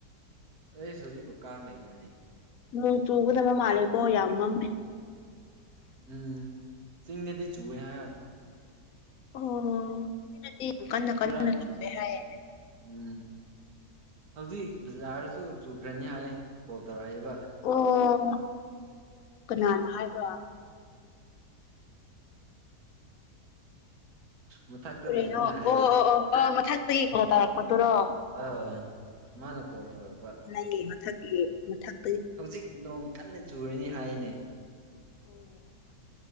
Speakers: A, on the right (about 65°); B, on the left (about 65°).
A: ꯑꯩꯁ ꯍꯧꯖꯤꯛꯄꯨ ꯀꯥꯡ ꯂꯩꯕ꯭ꯔꯅꯦ
B: ꯅꯣꯡ ꯆꯨꯒꯗꯕ ꯃꯥꯜꯂꯦꯀꯣ ꯌꯥꯝ ꯃꯝꯃꯦ
A: ꯎꯝ ꯆꯤꯡꯗꯗꯤ ꯆꯨꯋꯦ ꯍꯥꯏꯌꯣꯏ
B: ꯑꯣ ꯆꯤꯡꯗꯗꯤ ꯌꯥꯝ ꯀꯟꯅ ꯀꯟꯅ
A: ꯆꯨꯔꯛ
B: ꯆꯨꯋꯦ ꯍꯥꯏꯌꯦ
A: ꯎꯝ ꯍꯧꯖꯤꯛ ꯕꯖꯥꯔꯗꯁꯨ ꯆꯨꯈ꯭ꯔꯅꯤ ꯍꯥꯏꯌꯦ ꯀꯣꯜ ꯇꯧꯔꯛꯑꯦꯕ
B: ꯑꯣ ꯀꯅꯥꯅ ꯍꯥꯏꯕ
A: ꯃꯊꯛꯇ
B: ꯀꯔꯤꯅꯣ
A: ꯂꯩꯕꯅ ꯍꯥꯏꯕ
B: ꯑꯣ ꯑꯣ ꯑꯣ ꯑꯣ ꯃꯊꯛꯇꯒꯤ ꯀꯣꯜ ꯇꯧꯔꯛꯄꯗꯨꯔꯣ
A: ꯑꯧ ꯃꯥꯅ ꯀꯣꯜ ꯇꯧꯔꯛꯄ
B: ꯃꯤ ꯃꯊꯛꯀꯤ ꯃꯊꯛ
A: ꯍꯧꯖꯤꯛ ꯅꯣꯡ ꯀꯟꯅ ꯆꯨꯔꯅꯤ ꯍꯥꯏꯅꯦ
B: ꯑꯣ